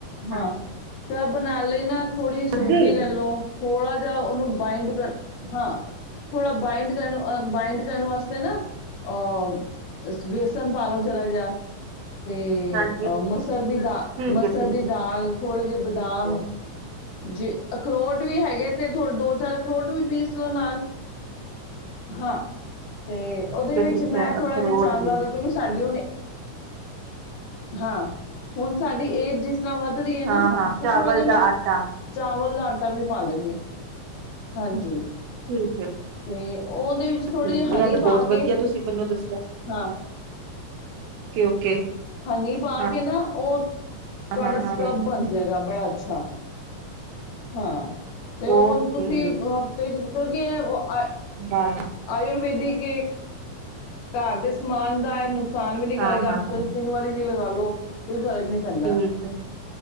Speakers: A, on the left; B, on the right.
A: ਹਾਂ
B: ਹੂੰ
A: ਜੋ ਬਣਾ ਲਏ ਨਾ ਥੋੜੀ ਜਿਹੀ ਸੂਜੀ
B: ਸੁੱਜੀ
A: ਲੈ ਲੋ ਥੋੜਾ ਜਿਹਾ ਉਹਨੂੰ ਬਾਈੰਡ ਹਾਂ ਥੋੜ੍ਹਾ ਬਾਈੰਡ ਕਰਨ ਅ ਬਾਈੰਡ ਕਰਨ ਵਾਸਤੇ ਨਾ ਅਹ ਵੇਸਨ ਪਾ ਲਓ ਜਰਾ ਜਿਹਾ ਤੇ
B: ਹਾਂਜੀ
A: ਅਹ ਮਸਰ ਦੀ ਦਾਲ
B: ਠੀਕ
A: ਮਸਰ
B: ਹੈ ਠੀਕ
A: ਦੀ ਦਾਲ ਹੋ ਦੇ ਬਦਾਮ
B: ਹੈ
A: ਜੀ ਅਖਰੋਟ ਵੀ ਹੈਗੇ ਤੇ ਥੋ ਦੋ ਚਾਰ ਅਰੋਟ ਵੀ ਪੀਸ ਲਓ ਨਾਲ ਹਾਂ ਤੇ ਉਹਦੇ
B: ਠੀਕ ਹੈ
A: ਵਿੱਚ
B: ਠੀਕ ਹੈ
A: ਮੈਂ ਥੋੜ੍ਹਾ
B: ਅਖਰੋਟ
A: ਇ ਚਾਣ
B: ਵੀ
A: ਲਾਦਾ ਕਿਉਂਕਿ ਸਾਡੀ ਹੁਣ ਹਾਂ ਹੁਣ ਸਾਡੀ ਏਜ ਜਿਸ ਜ ਤਰ੍ਹਾਂ ਵੱਧ ਰਹੀ ਹੈ ਨਾ
B: ਹਾਂ
A: ਤੇ
B: ਹਾਂ ਚਾਵਲ
A: ਥੋੜਾ ਜਿਹਾ ਮੈਂ
B: ਦਾ ਆਟਾ
A: ਚਾਵਲ ਲਾ ਟ ਵੀ ਪਾ ਲੈਣੀ ਹਾਂਜੀ
B: ਠੀਕ ਹੈ
A: ਅਤੇ ਉਹਦੇ ਵਿੱਚ ਥੋੜ੍ਹੀ
B: ਠੀਕ
A: ਜਿਹੀ
B: ਹੈ
A: ਹਨੀ
B: ਇਹ ਤੇ
A: ਪਾ
B: ਬਹੁਤ
A: ਕੇ
B: ਵਧੀਆ ਤੁਸੀਂ ਮੈਨੂੰ ਦੱਸਿਆ
A: ਹਾਂ
B: ਓਕੇ ਓਕੇ
A: ਹਨੀ ਪਾ
B: ਹਾਂ
A: ਕੇ ਨਾ ਉਹ ਤੁਹਾਡਾ
B: ਹਾਂ ਹਾਂ
A: ਸਕਲੱਬ ਬਣ ਜਾਏਗਾ ਬੜਾ ਅੱਛਾ ਹਾਂ ਤੇ ਹੁ
B: ਓਕੇ
A: ਤੁਸੀਂ ਹਫ਼ਤੇ ਚ ਕਿਉਂਿ ਆ
B: ਬਸ
A: ਆਯੁਰਵੇਦਿਕ ਘਰ ਦੇ ਸਮਾਨ ਦਾ ਨੁਕਸਾਨ ਵੀ ਨੀ ਕਰੇਗਾ
B: ਹਾਂ ਹਾਂ
A: ਹਫ਼
B: ਹਾਂ
A: ਤਿੰਨ ਵਾਰੀ ਵੀ ਲਗਾਾਲੋ ਇਹ ਫਰਕ ਨੀ ਪੈਂਦਾ
B: ਠੀਕ ਹੈ